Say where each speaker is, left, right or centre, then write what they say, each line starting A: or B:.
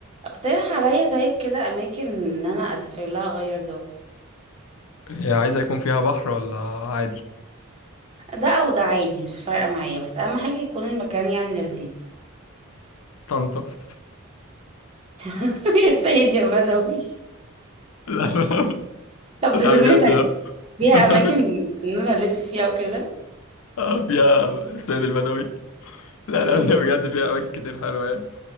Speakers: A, on the right; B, on the left.
A: اقترح عليا طيب كده اماكن ان انا اسافر لها اغير جو
B: هي عايزة يكون فيها بحر ولا عادي
A: ده او ده عادي مش فارقه معايا بس اهم حاجه يكون المكان يعني لذيذ
B: طنطا <laughs>
A: <laughs> يا سيد يا بدوي
B: لا
A: طب بذمتك
B: لا بجد لا
A: فيها
B: <laughs>
A: اماكن ان انا الف فيها وكده
B: آه، فيها السيد البدوي لا
A: مم.
B: لا فيها بجد فيها أماكن كتير حلوة يعني